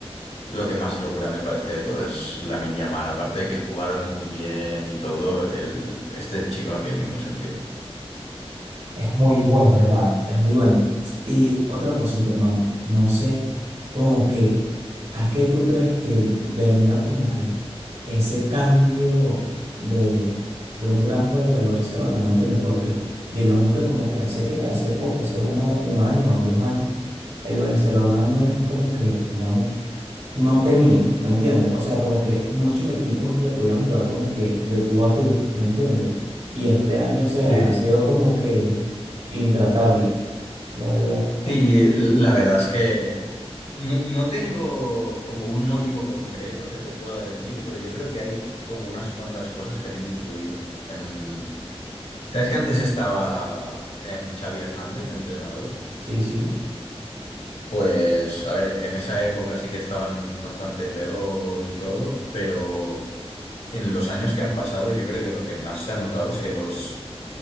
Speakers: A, on the left; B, on the right.
A: Lo que más locura me parece de todo es Lamine Yamal. Aparte de que jugaron muy bien y todo, el... este chico no tiene ningún sentido.
B: Es muy bueno, hermano, es muy bueno. Y otra cosita, hermano, no sé como que, ¿a qué tú crees que venga como que ese cambio de, de un gran juego del Barcelona, ¿me entiendes? Porque digamos que como que hace que, hace poco, hace uno, un año o dos años, el Barcelona no eres como que, digamos, no temía, ¿me entiendes? O sea, como que muchos equipos le podían jugar como que de tú a tú, ¿me entiendes? Y este año, o sea,
A: Sí.
B: ha sido como que intratable, la verdad.
A: Y la verdad es que no, no tengo como un motivo concreto que te pueda decir, pero yo creo que hay como unas cuantas cosas que han influido. Em, ¿sabes que antes estaba em, Xavi Hernández de entrenador?
B: Sí, sí,
A: Pues, a ver, en esa época sí que estaban bastante peor y todo, pero En los años que han pasado, yo creo que lo que más se ha notado es que los,